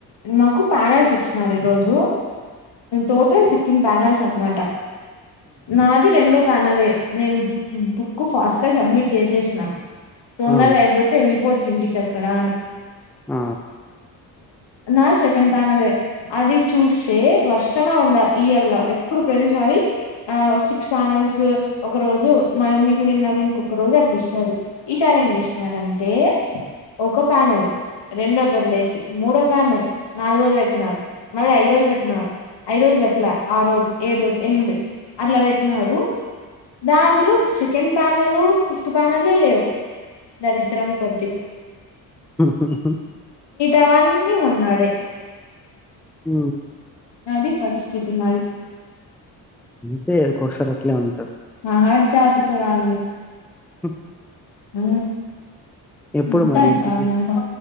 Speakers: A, on the left (about 55°); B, in the centre.
A: మాకు ప్యానెల్స్ వచ్చినారు ఈ రోజు టోటల్ పానల్స్ అన్నమాటా నాది రెండో ప్యానెల్ ఏ నేను బుక్ ఫాస్ట్ గా సబ్మిట్ చేసేసిన తొందరగ
B: ఆ
A: అయిపోతే వెళ్ళిపోవచ్చు ఇంటికి అక్కడ అని
B: ఆ
A: నాలుగు సెకండ్ ప్యానలే అది చూస్తే వర్ష ఉండ ఇయ్యాల ఎప్పుడు ప్రతిసారి ఆ సిక్స్ ప్యానల్స్ ఒక రోజు మా మిగిలినవి ఇంకొక రోజు అట్ల ఇస్తారు ఈసారి ఏం చేసినారంటే ఒక ప్యానెల్ రెండోది వదిలేసి మూడో ప్యానల్ నాలుగోది పెట్టినారు మళ్ళ ఐదోది పెట్టినారు ఐదోది పెట్లా ఆరోది ఏడోది ఎనిమిది అట్ల పెట్టినారు దాంట్లో సెకండ్ ప్యానలు ఫిఫ్త్ ప్యానలే లేవు దరిద్రం కొద్ది
B: హహా
A: అవన్నీ ఉన్నాడే
B: హ
A: అది పరిస్థితి మాది
B: అంతే ఒక్కోసారి అట్లే ఉం
A: మహర్జాతకురాల్ని
B: స
A: హ
B: ఎప్పుడు
A: ఎంత
B: మరి
A: <unintelligible>
B: ఇంటికి
A: నాకు